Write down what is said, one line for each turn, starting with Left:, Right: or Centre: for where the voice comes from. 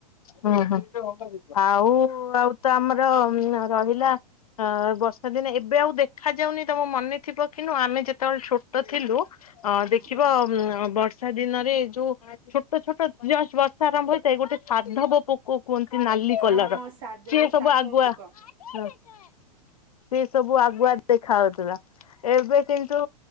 Left: ହୁଁ ହୁଁ ଆଉ ଆଉ ତ ଆମର ରହିଲା ଅ ବର୍ଷା ଦିନେ ଏବେ ଆଉ ଦେଖାାଯାଉନି। ତମ ମନେ ଥିବ କି ନୁହଁ ଆମେ ଯେତେବେଳେ ଛୋଟ ଥିଲୁ
Right: ହଁ
Left: ଦେଖିବ ବର୍ଷ ବର୍ଷା ଦିନରେ ଯୋଉ ଛୋଟ ଛୋଟ ଜଷ୍ଟ୍ ବର୍ଷା ଆରମ୍ଭ ହେଇଥାଏ ଗୋଟେ ସାଧବ ପୋକ ହୁଅନ୍ତି ନାଲି
Right: ହଁ
Left: କଲର
Right: ହଁ ସାଧ
Left: ସିଏ ସବୁ
Right: ସାଧ
Left: ଆଗୁଆ
Right: ପୋକ
Left: ହ ସିଏ ସବୁ ଆଗୁଆ ଦେଖାହୁଅନ୍ତି। ହେଲା ଏବେ କିନ୍ତୁ